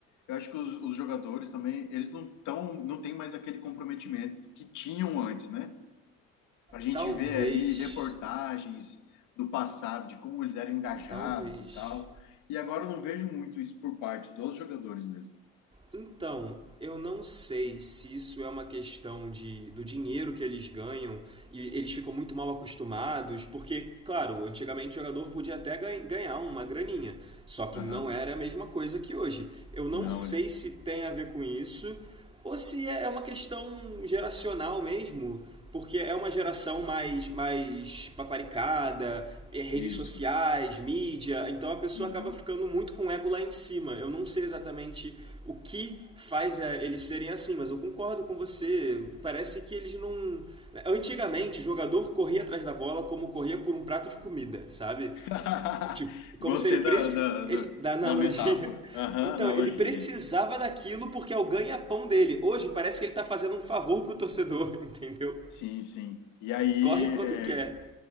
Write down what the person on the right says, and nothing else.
Talvez,
talvez.
Então, eu não sei se isso é uma questão de, do dinheiro que eles ganham e eles ficam muito mal acostumados, porque, claro, antigamente o jogador podia até gan- ganhar uma graninha, só que
não era a mesma coisa que hoje. Eu não
sei
se tem a ver com isso ou se é é uma questão geracional mesmo, porque é uma geração mais, mais paparicada, é redes
sociais, mídia, então a pessoa
acaba ficando muito com o ego lá em cima. Eu não sei exatamente o que faz é, eles serem assim, mas eu concordo com você. Parece que eles não. né, Antigamente, o jogador corria atrás da bola como corria por um prato de comida, sabe?
Tipo, como
se ele preci...
ele
da analogia.
<laughs>
Então,
ele precisava
daquilo porque é o ganha-pão dele. Hoje parece que ele tá fazendo um favor pro torcedor, <laughs> entendeu?
Corre quando
quer.